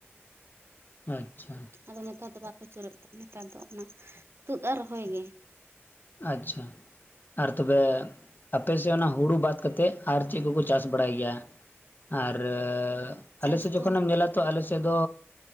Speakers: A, on the left (about 45°); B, on the right (about 60°).
A: ᱟᱪᱪᱷᱟ
B: ᱟᱫᱚ ᱱᱮᱛᱟᱨ ᱫᱚ ᱵᱟᱠᱚ ᱪᱩᱨᱩᱡ ᱮᱫᱟ ᱱᱮᱛᱟᱨ ᱫᱚ ᱚᱱᱟ ᱛᱩᱫ ᱟᱨ ᱨᱚᱦᱚᱭ ᱜᱮ᱾
A: ᱟᱪᱪᱷᱟ ᱟᱨ ᱛᱚᱵᱮ ᱟᱯᱮ ᱥᱮᱫ ᱚᱱᱟ ᱦᱩᱲᱩ ᱵᱟᱫ ᱠᱟᱛᱮᱫ ᱟᱨ ᱪᱮᱫ ᱠᱚᱠᱚ ᱪᱟᱥ ᱵᱟᱲᱟᱭ ᱜᱮᱭᱟ? ᱟᱨᱻ
B: ᱪᱟᱥ
A: ᱟᱞᱮ ᱥᱮᱫ
B: ᱫᱚ
A: ᱡᱚᱠᱷᱚᱱ ᱮᱢ ᱧᱮᱞᱟ ᱛᱚ ᱟᱞᱮ ᱥᱮᱫ ᱫᱚ,